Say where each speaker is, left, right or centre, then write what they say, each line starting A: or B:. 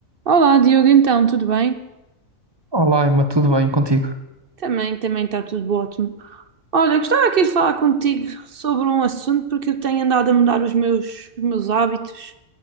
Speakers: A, on the right (about 45°); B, on the right (about 20°).
A: Olá, Diogo, então, tudo bem?
B: Olá, Emma, tudo bem contigo?
A: Também, também está tudo ótimo. Olha, gostava aqui de falar contigo sobre um assunto porque eu tenho andado a mudar os meus, os meus hábitos.